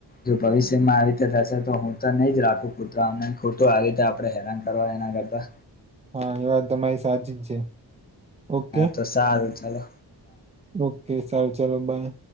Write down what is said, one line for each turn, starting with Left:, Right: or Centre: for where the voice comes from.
Left: જો ભવિષ્યમાં આવી રીતે થશે તો હું તો નહી જ રાખું ખું ખોટું આવી રીતે આપણે હેરાન કરવા, એના બાબા.
Right: હા એ વાત તમારી સાચી જ છે. ઓકે
Left: હા તો સારું ચલો.
Right: ઓકે સારું ચાલો બાય.